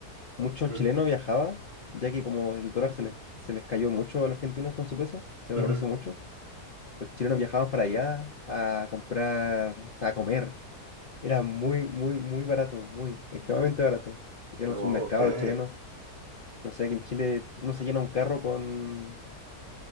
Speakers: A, on the left; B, on the right.
A: muchos
B: Ujú,
A: chilenos viajaban, ya que como el dólar se les, se les cayó mucho a los argentinos con su peso, se valorizó
B: ujú.
A: mucho, los chilenos viajaban para allá a comprar, o sea, a comer. Era muy, muy, muy barato, muy, extremadamente barato. Iban
B: Oh,
A: al supermercado
B: okay.
A: los chilenos No sé, aquí en Chile uno se llena un carro con